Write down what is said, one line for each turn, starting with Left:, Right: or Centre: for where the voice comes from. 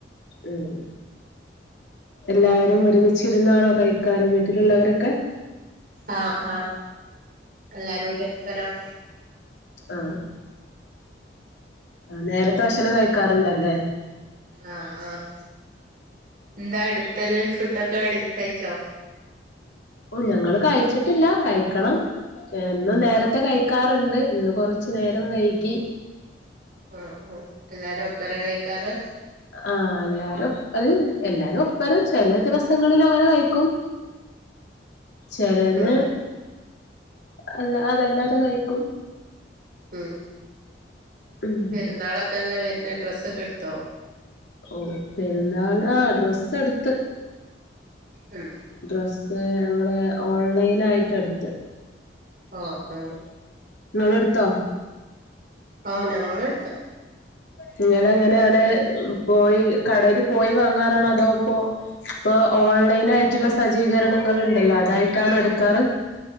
Left: ഉം എല്ലാവരും ഒരുമിച്ചിരുന്നാണോ കൈക്കാറ് വീട്ടിലുള്ളവരൊക്കെ
Right: ആഹ് ആഹ് എല്ലാരോട് ഇപ്പരം
Left: ആഹ് നേരത്തെ ഭക്ഷണം കഴിക്കാറുണ്ടല്ലേ
Right: ആഹ ആഹ് എന്താ അടുത്തത് ഫുഡൊക്കെ അട് കഴിച്ചോ
Left: ഓ ഞങ്ങള് കഴിച്ചിട്ടില്ല കഴിക്കണം എന്നും നേരത്തെ
Right: ആഹ്
Left: കഴ ക്കാറുണ്ട് ഇന്ന് കുറച്ചു നേരം വൈകി
Right: ആഹ് ആഹ് എല്ലാരും അപ്പഴാ കഴിക്കാറ്
Left: ആഹ എല്ലാരും ഒപ്പ എല്ലാരും ഒപ്പരും ചില ദിവസങ്ങളിൽ അങ്ങനെ കഴിക്കും. ചിലന്ന്
Right: ആ
Left: അല്ലാതെ അതല്ലാതെ കഴിക്കും
Right: ഉം
Left: ഉം
Right: പെരുന്നാളൊക്കെല്ലേ വരുന്നെ ഡ്രസ്സൊക്കെ എടുത്തോ
Left: ഓ പെരുന്നാൾ ആഹ് ഡ്രസ്സ് എടുത്ത്
Right: ഉം
Left: ഡ്രസ്സ് ഞങ്ങള് ഓൺലൈൻആയിട്ട് എടുത്ത്
Right: ആഹ് ആഹ്
Left: നിങ്ങളെടുത്തോ
Right: ഓ ഞങ്ങളെടുത്തു
Left: നിങ്ങൾ എങ്ങനെയാണ് പോയി കടയിൽ പോയി വാങ്ങാറാണോ അതോ ഇപ്പോ ഇപ്പൊ ഓൺലൈൻ ആയിട്ടുള്ള സജ്ജീകരണങ്ങൾ ഉണ്ടല്ലോ അതായിട്ടാണോ എടുക്കാറ്?